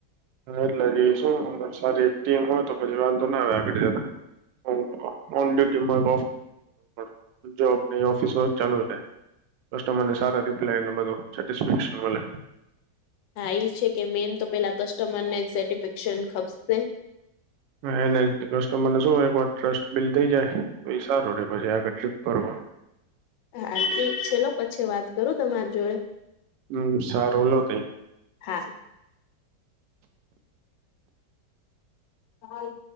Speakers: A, on the right; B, on the left.
A: એટલે કે શું સારી એક ટીમ હોય તો પછી વાંધો ના આવે આગળ જતા. <inaudible> ઓન ડ્યુટી માં <unintelligible> <inaudible> જોબ ને ઓફિસ વર્ક ચાલુ રે. કસ્ટમર ને સારા રિપ્લાય ને બધું સેટિફિક્સ મલે.
B: હા એ છે કે મેન તો પેલા કસ્ટમરને સેટિસ્ફેક્શન ખપશે.
A: હા એને કસ્ટમર ને શું હો એક વાર ટ્રસ્ટ બિલડ થઈ જાય તો એ સારું રે પછી આગળ ટ્રીપ કરવા.
B: હા ઠીક છે, લો પછી વાત કરું તમારી જોડે.
A: હમ્મ, સારો લો તઈ.
B: હા. હા.